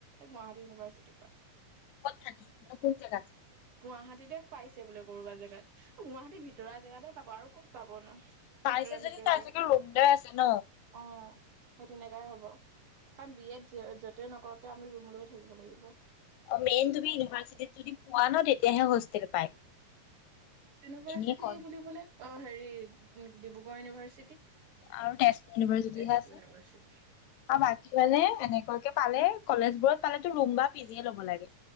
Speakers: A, on the right; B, on the left.
A: গুৱাহাটীৰ ইউনিভাৰ্চি পাক-
B: থাকিকোন জেগাত
A: গুৱাহাটীতে পাইছে বোলে ক'বা জেগাত গুৱাহাটী ভিতৰা জেগাতে পাব আৰু ক'ত পাব ন
B: পাইছে
A: ভিতৰ
B: যদি
A: ভিতৰত
B: তাই
A: যেগাতঅ
B: চাগে ৰুম লৈ আছে ন।
A: সেই তেনেকাই হব কাৰণ বিয়ত য'তেই নকৰকআমি ৰুম লৈ থাকিব লাগিব
B: অ মেইন তুমি ইউনিভাৰ্চিটিত যদি পোৱা ন তেতিয়াহে হোষ্টেল পায়
A: ইউনিভাৰ্চিটি
B: এনেই ক
A: বুলিবলে অ হেৰি ডিব্ৰুগড় ইউনিভাৰ্চিটি <unintelligible>
B: আৰু তেজপুৰ ইউনিভাৰ্চিটিহে
A: তেজপুৰ
B: আছে
A: ইউনিভাৰ্চিটি
B: আৰু বাকী মানে অনে কলেজ বোৰত পালো ৰুম বা পিজি ল'ব লাগে